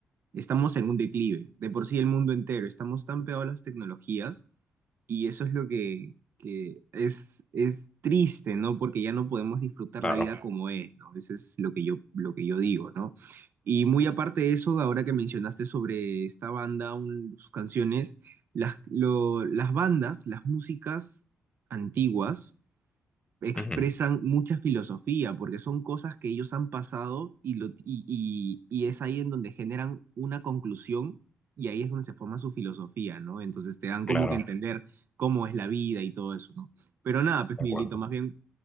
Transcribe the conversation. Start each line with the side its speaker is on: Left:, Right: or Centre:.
Right: estamos en un declive, de por sí el mundo entero, estamos tan pegados a las tecnologías y eso es lo que, que es, es triste, ¿no? Porque ya no podemos disfrutar
Left: Claro,
Right: la vida como es, ¿no? Eso es lo que yo, lo que yo digo, ¿no? Y muy aparte de eso, ahora que mencionaste sobre esta banda, un- sus canciones, las, lo- las bandas, las músicas antiguas, expresan
Left: Ujú,
Right: mucha filosofía, porque son cosas que ellos han pasado y, lo, y, y- y es ahí en donde generan una conclusión y ahí es donde se forma su filosofía, ¿no? Entonces te dan
Left: claro,
Right: como que entender cómo es la vida y todo eso, ¿no? Pero nada, pues
Left: de
Right: Miguelito,
Left: acuerdo.
Right: más bien